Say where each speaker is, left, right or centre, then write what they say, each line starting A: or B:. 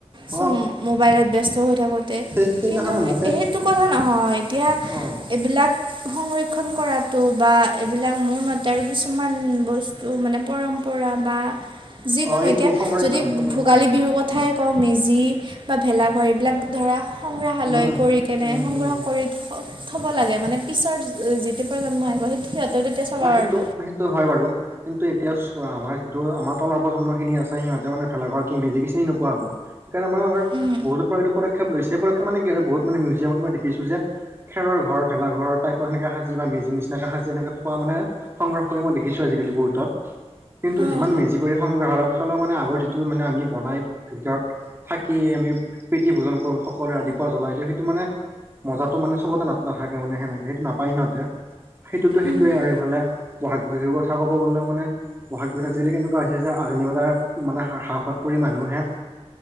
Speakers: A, on the right; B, on the right.
A: হয়
B: চব মোবাইলত ব্যস্ত হৈ থাকোঁতে
A: সেই সেইদিনাখনে
B: কিন্তু
A: মোকে
B: সেইটো কথা নহয় এতিয়া
A: অ
B: এইবিলাক সংৰক্ষণ কৰাতটো বা এইবিলাক মোৰ মতে আৰু কিছুমান বস্তু মানে পৰম্পৰা বা যিকোনো
A: অ এইটো
B: এতিয়া
A: সংৰক্ষণ
B: যদি
A: সংৰক্ষণ
B: ভোগালী বিহুৰ কথাই আ ক মেজি বা ভেলাঘৰ এইবিলাক ধৰা সংগ্ৰহালয়
A: উম
B: কৰি কেনে
A: উম
B: সংগ্ৰহ
A: উম
B: কৰি থক থ'ব লাগে মানে পিছৰ যিটো প্ৰজন্ম আহিব সিহঁতেও সেই তেতিয়া চাব
A: অ সেইটো
B: পাৰিব
A: সেইটো হয় বাৰু কি ত এতিয়া আমাৰ যিটো আমাৰ তলৰ প্ৰজন্মখিনি আছে সিহঁতে মানে ভেলাৰ কি মেজি কি চিনি নোপোৱা হ'ব আাৰাৰ
B: উম
A: বহুত পদক্ষপ লৈছে পদক্ষে মানে কি আৰু বহুত মানে মিউজিয়ামত মই দেখছো যে খেৰৰ ঘৰ ভেলা ঘৰ টাইত সেনেে সাজি বা মেজি নিচিনাকে সাজিছে কোৱা মানে সংগ্ৰহ কৰি মই দেখিছো আজিকালি বহুত কিন্তু
B: অঁ
A: যিমান মেজি কৰি সংগ্ৰহালয়ত থ লওক মানে আগৰ যিটো মানে আমি বনাই ভিতৰত থাকিয় আমি প্ৰীতি ভোজন কৰো সকলোৰে আদি ৰাপুৱা জ্বলাই দিওঁ সেইটো মানে মজাতটো মানে চবতে নাট নাথাকে মানে সেনেকে সেইটো নাপায় সিহঁতে সেইটোতো
B: উম
A: সোৱে আৰু এইফালে বহাগ বিহুৰ কথা ক'ব গলে মানে বহাগ বিহুত আ বুলি কেনেকুৱা হৈছে যে আধুনিকতাৰ মানে সাহসত পৰি মানুহে